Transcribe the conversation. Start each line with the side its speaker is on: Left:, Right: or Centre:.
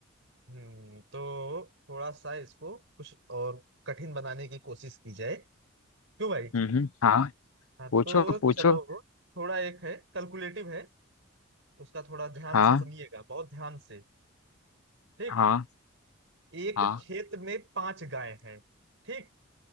Right: हम्म तो थोड़ा सा इसको कुछ और कठिन बनाने की कोशिश की जाए क्यों भाई
Left: हम्म हम्म, हाँ
Right: हाँ
Left: पूछो
Right: तो
Left: पूछो
Right: चलो थोड़ा एक है कैलकुलेटिव है उसका थोड़ा ध्यान
Left: हाँ
Right: से सुनिएगा बहुत ध्यान से ठीक
Left: हाँ
Right: एक
Left: हाँ
Right: खेत में पांच गाय हैं ठीक